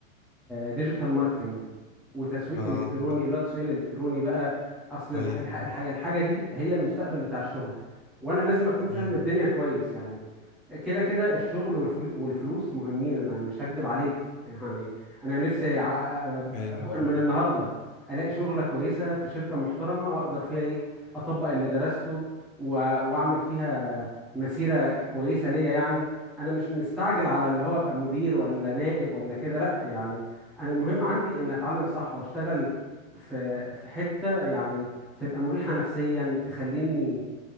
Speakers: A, in the centre; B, on the left.
A: ديجيتال ماركتنج وتسويق
B: ما
A: الكتروني اللي هو التسويق الالكتروني بقى اصل
B: ايوه
A: الح... الح... الحاجة الحاجة دي هي المستقبل بتاع الشغل وانا لازم اكون فاهم
B: أمم.
A: الدنيا كويس يعني كده كده الشغل والفل- والفلوس مهمين انا مش هكدب عليك يعني انا نفسي ع-
B: ايوه
A: أب-
B: انا فاهم
A: من النهارده الاقي شغله كويسه في شركه محترمه اقدر فيها ايه اطبق اللي درسته و- واعمل فيها مسيره كويسه ليا يعني انا مش مستعجل على اللي هو ابقى مدير ولا نائب ولا كده لا يعني أنا المهم عندي ان اتعلم صح واشتغل في في حته يعني تبقى مريحه نفسيا تخليني